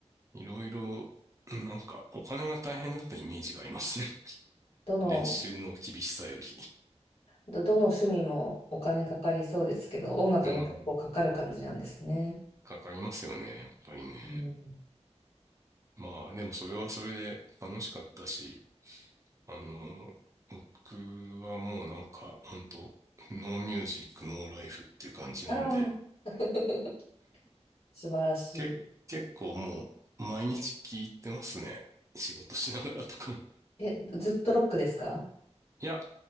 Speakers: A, on the right (about 25°); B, on the left (about 60°).
A: いろいろ、なんか、お金が大変だったイメージがありますね。<laughs>
B: どの、
A: 練習の厳しさより。
B: ど、どの趣味もお金かかりそうですけど、音楽も結構かかる感じなんですね。
A: うん。かかりますよね、やっぱりね。
B: うん、
A: まあ、でもそれはそれで楽しかったし、あの、僕はもうなんか、本当ノーミュージック、ノーライフっていう感じなんで、
B: ああ、<laughs> 素晴らしい。
A: け、結構もう、毎日聞いてますね。仕事しながらとかも。
B: え、ずっとロックですか
A: いや